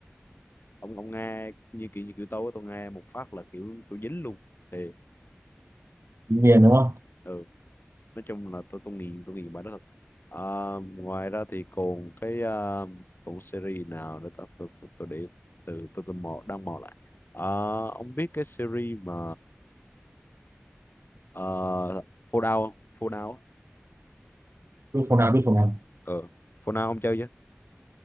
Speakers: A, on the left (about 55°); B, on the right (about 85°).
A: ông ông nghe như kiểu như kiểu tôi á, tôi nghe một phát là kiểu tôi dính luôn thì
B: miền đúng không
A: ừ, nói chung là tôi tôi nghiền tôi nghiền bài đó thật à, ngoài ra thì còn cái à, tủ series nào để tôi tôi, tôi, tôi để từ tôi tôi mò đang mò lại à, ông biết cái series mà uh, Fallout không? Fallout á.
B: biết phòng nào biết phòng nào
A: ờ Fallout ông chơi chưa